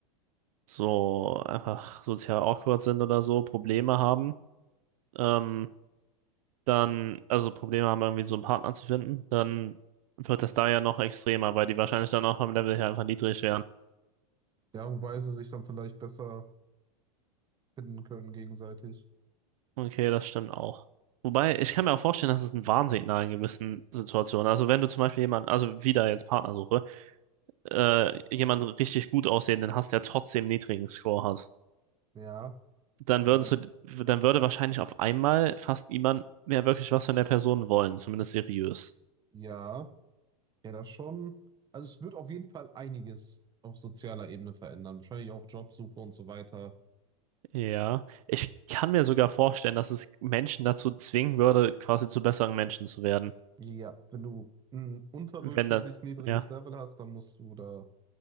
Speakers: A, on the right; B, on the right.
A: so einfach sozial awkward sind oder so, Probleme haben, ähm, dann, also Probleme haben, irgendwie so einen Partner zu finden, dann wird das da ja noch extremer, weil die wahrscheinlich dann auch vom Level her einfach niedrig wären.
B: Ja, wobei sie sich dann vielleicht besser finden können gegenseitig.
A: Okay, das stimmt auch. Wobei, ich kann mir auch vorstellen, dass es ein Warnsignal in gewissen Situationen. Also wenn du zum Beispiel jemanden, also wieder jetzt Partnersuche, äh, jemanden richtig gut aussehenden hast, der trotzdem niedrigen Score hat.
B: Ja,
A: dann würdest
B: dann
A: du, dann würde wahrscheinlich auf einmal fast niemand mehr wirklich was von der Person wollen, zumindest seriös.
B: ja. Ja, das schon. Also es wird auf jeden Fall einiges auf sozialer Ebene verändern. Wahrscheinlich auch Jobsuche und so weiter.
A: Ja, ich kann mir sogar vorstellen, dass es Menschen dazu zwingen würde, quasi zu besseren Menschen zu werden.
B: Ja, wenn du ein unterdurchschnittlich
A: Wenn dann,
B: niedriges
A: ja,
B: Level hast, dann musst du da